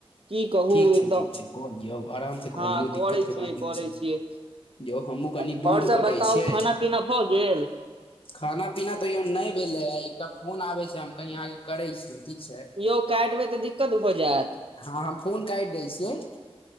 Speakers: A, on the right (about 60°); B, on the left (about 60°).
A: की कहू
B: ठीक
A: एकदम
B: छै ठीक छै कऽ लियौ आराम से कऽ
A: हँ
B: लियौ
A: करै
B: दिक्कत के
A: छियै
B: बात नहि
A: करै
B: छै
A: छियै
B: यौ हमहुँ कनि
A: आओर
B: दूध
A: सब
B: ओटे
A: बताउ
B: छियै
A: खाना पीना भऽ गेल
B: खाना पीना तऽयो नै भेलै या एकटा फोन आबै छै हम कनि अहाँके करै छि ठीक छै
A: यौ काटदेबै तऽ दि दिक्कद भ जाय
B: हँ हम फोन काटि दै छियै